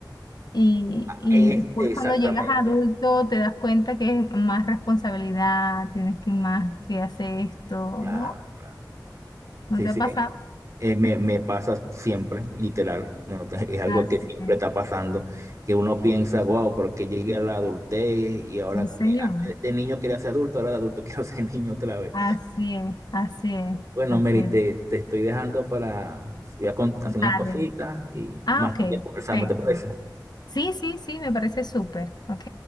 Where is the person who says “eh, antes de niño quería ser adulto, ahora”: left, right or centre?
Right